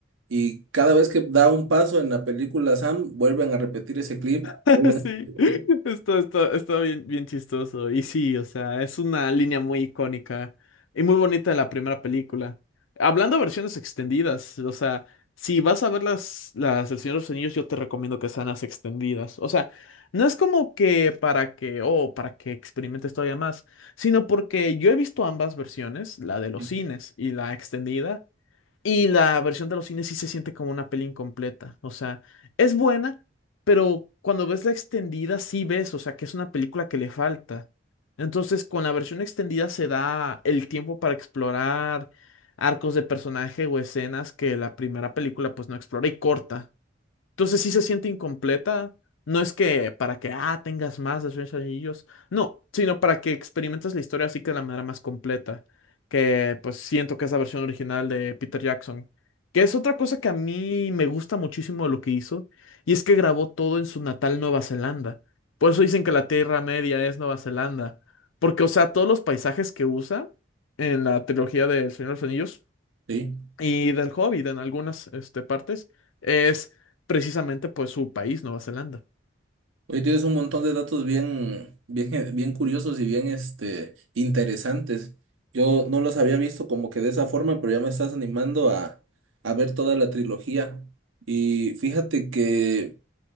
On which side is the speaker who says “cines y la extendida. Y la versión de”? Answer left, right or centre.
Left